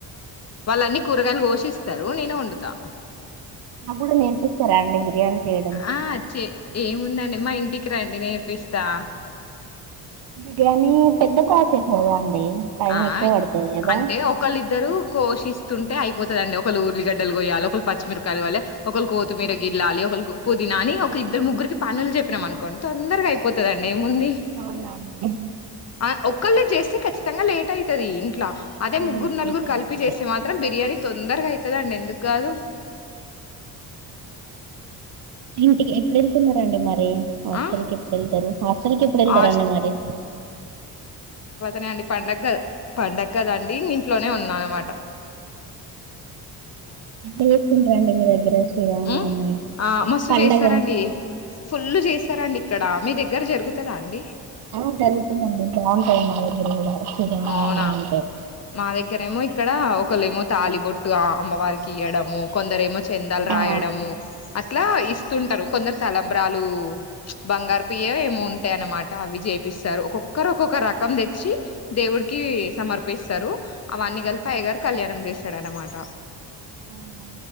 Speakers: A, on the left; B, on the right.
A: వాళ్ళ అన్నీ కూరగాయలు గోషిస్తారు నేనే వండుతా.
B: నా గుడా నేర్పిస్తారా అండి బిర్యానీ చేయడం
A: అ అ చ్చే ఏముందండి మా ఇంటికి రండి నేర్పిస్తా
B: బిర్యానీ పెద్ద ప్రా సెస్ కదా అండి టైం
A: ఆ
B: ఎక్కువ పడుతది కదా
A: అంటే ఒకళ్ళిద్దరూ కోషిస్ తున్టే అపోతదండి ఒకల్ ఉల్లిగడ్డలు కోయాలే ఒకళ్ పచ్చిమిరకాయలు కోయాలే ఒకల్ కోతిమీర గిల్లాలి ఒకలో పుదీనాని ఒక ఇద్దరు ముగ్గురికి పనులు చెప్పినం అనుకోండి తోందరగా అయిపోతదఅండి ఏముంది
B: అవునండి
A: అ ఓ ఓకళ్ళు చేస్తే కచ్ తంగా లేట్ అయ్ తది ఇంట్లో అదే
B: అవును
A: ముగ్గురు నలుగురు
B: లేట్ అయితది
A: కలిపి జేసే మాత్రం బిర్యానీ తొందరగా అయ్తదండి ఎందుకు కాదు
B: ఇంటికి ఎప్పుడు వెళ్తున్నారండి మరి డి హస్టల్
A: ఆ
B: కెప్పుడేలతరు హస్టల్ కెప్పుడేల్తరండి
A: హాస్ట్
B: మరి
A: నే అండి పండగ ద్ పండగ కదండి ఇంట్లోనే ఉన్నా అనమాట్ టా
B: ఎట్లచేసుకుంటారండీ మీ దగ్గర శ్రీరామనవమి
A: ఉమ్ ఆ మస్తు
B: పండగ
A: చేస్తరండి, ఫుల్లు చేస్తరండి. ఇక్కడ మీ దగ్గర జరుగుతుదా అండి.
B: ఆ జరుగుతదండి బాగుంటది మా దగ్గర కూడా శ్రీరామనవమి
A: అవునా
B: అంటే
A: మా దగ్గరేమో ఇక్ ఇక్కడ ఒకలేమో తాళిబొట్టు అ అమ్మవారికి ఇయ్యాడము కొందరు ఏమో చెందాలు
B: ఆ
A: రాయడము అట్లా ఇస్తుంటరు కొందరు తలంబ్రాలు బంగారు పియ్య ఏమో ఉంటాయి అన్నమాట అవి చేపిస్తారు ఒక్కొక్కరు ఒకొక్క రకం తెచ్చి <inaudible> దేవుడికి సమర్పిస్తరు అవన్నీ కలిపి అయ్యగారు కళ్యాణం చేస్తాడునమాట
B: అవునా